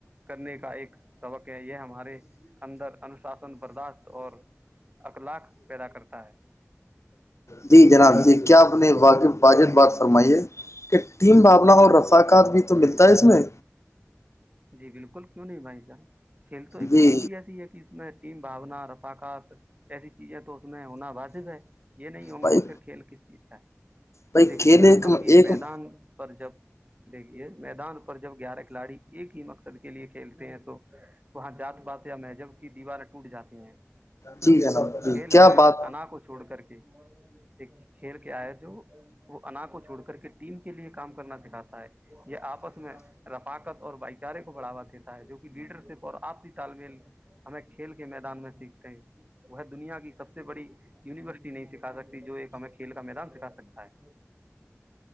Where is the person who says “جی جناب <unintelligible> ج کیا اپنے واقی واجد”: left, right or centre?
Left